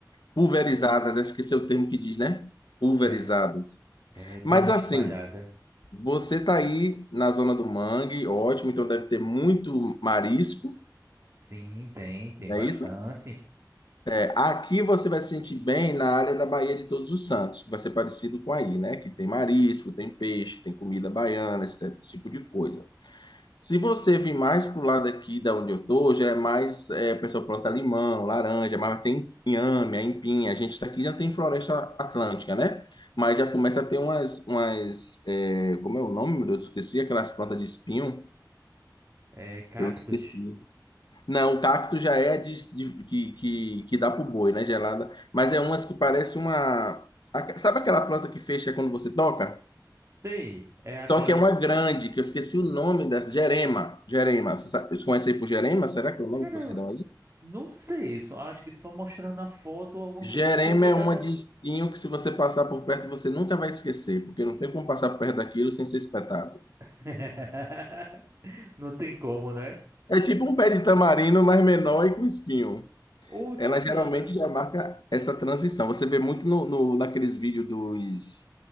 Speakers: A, on the left (about 80°); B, on the right (about 40°).
A: Pulverizadas, acho que esse é o termo que diz, né? Pulverizadas.
B: é, é tão
A: Mas assim,
B: espalhada.
A: você tá aí na zona do mangue, ótimo, então deve ter muito marisco,
B: Sim, tem, tem
A: não
B: bastante.
A: é isso? É, aqui você vai se sentir bem na área da Baía de Todos os Santos, que vai ser parecido com aí, né? Que tem marisco, tem peixe, tem comida baiana, esse tipo de coisa. Se você vir mais pro lado aqui da onde eu tô, já é mais, é, o pessoal planta limão, laranja, mas tem inhame, aipim. A gente tá aqui já tem floresta atlântica, né? Mas já começa a ter umas, umas, é, como é o nome, meu Deus? Eu Esqueci aquelas plantas de espinho.
B: É cactus.
A: Eu esqueci. Não, o cacto já é de, de- que, que, que dá pro boi, né? Gelada. Mas é umas que parece uma. aque- Sabe aquela planta que fecha quando você toca?
B: Sei, é aquela.
A: Só que é uma grande, que eu esqueci o nome dessa. Gerema. Gerema. Você sa- Vocês conhecem aí por Gerema? Será que é o nome
B: Cara,
A: que vocês dão aí?
B: Não sei isso. Acho que só mostrando a foto ou alguma
A: Gerema
B: coisa. Porque
A: é
B: cada.
A: uma de espinho que, se você passar por perto, você nunca vai esquecer, porque não tem como passar por perto daquilo sem ser espetado.
B: <laughs> Não tem como, né?
A: É tipo um pé de tamarindo, mas menor e com espinho.
B: Ou
A: Ela
B: de que
A: geralmente
B: anda.
A: já marca essa transição. Você vê muito no, no- naqueles vídeos dos,